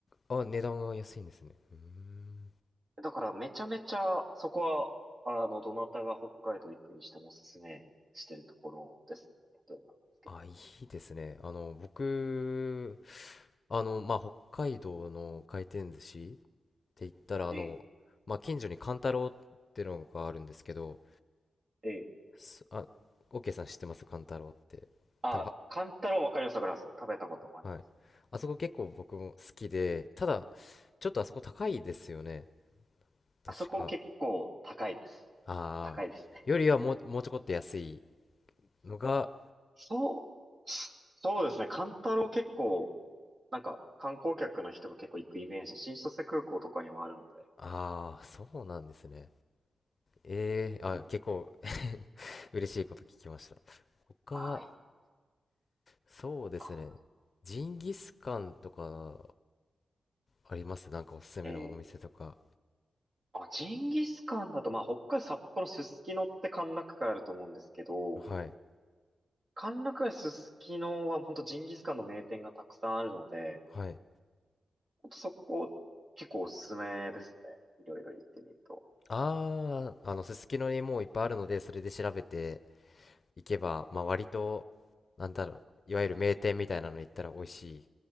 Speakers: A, on the left; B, on the right.
A: あ、値段が安いんですね。うーん。
B: だからめちゃめちゃそこは、あの、どなたが北海道行くにしてもおすすめしてるところですね。例えばなんですけど。
A: あ、いいですね。あの、僕、あの、まあ、北海道の回転寿司って言ったら、あの、
B: ええ、
A: まあ、近所にカンタロウってのがあるんですけど、
B: ええ。
A: すあ、オーケーさん知ってますカンタロウって。
B: あ、
A: 多分、は
B: カンタロウわかりますわかります。食べたこともあります。
A: はい。あそこ結構僕も好きで、ただ、ちょっとあそこ高いですよね。確か。
B: あそこ結構高いです。
A: ああ、
B: 高いですね。
A: よりはもう、もうちょこっと安いのが、
B: そう、そそうですね。カンタロウ結構、なんか観光客の人が結構行くイメージ。新千歳空港とかにもあるの
A: ああ、そうなんですね。ええあ、
B: で。
A: 結構 <laughs> 嬉しいこと聞きました。他は、
B: ああ、いいの
A: そうですね。
B: か
A: ジンギスカンとかありますなんかおすすめのお店とか。
B: な。ええ。あ、ジンギスカンだと、まあ、北海道札幌すすきのって歓楽街あると思うんですけど、
A: はい。
B: 歓楽街すすきのは本当ジンギスカンの名店がたくさんあるので、
A: はい。
B: 本当そこ結構おすすめですね。いろいろ行ってみると。
A: ああ、あの、すすきのにもういっぱいあるので、それで調べていけば、まあ割と、なんだろう、いわゆる名店みたいなの行ったら美味しいっ